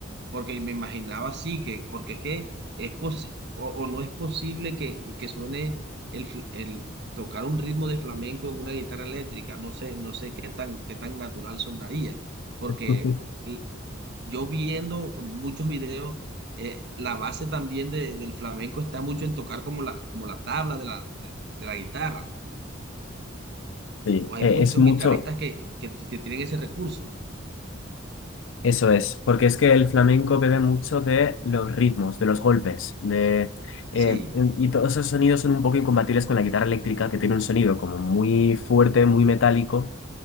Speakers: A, on the right; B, on the left.
A: porque me imaginaba así, que, porque es que es posi- o, o no es posible que, que, que suene el, fl- el tocar un ritmo de flamenco en una guitarra eléctrica, no sé, no sé qué tan, qué tan natural sonaría, porque
B: <laughs>
A: l- yo viendo muchos videos, eh, la base también de- del flamenco está mucho en tocar como la, como la tabla de la, de, de la guitarra,
B: Sí,
A: o hay
B: eh,
A: muchos
B: es mucho,
A: guitarristas que, que, que tienen ese recurso.
B: eso es, porque es que el flamenco bebe mucho de los ritmos, de los golpes, de, eh,
A: Sí,
B: en- y todos esos sonidos son un poco incompatibles con la guitarra eléctrica, que tiene un sonido como muy fuerte, muy metálico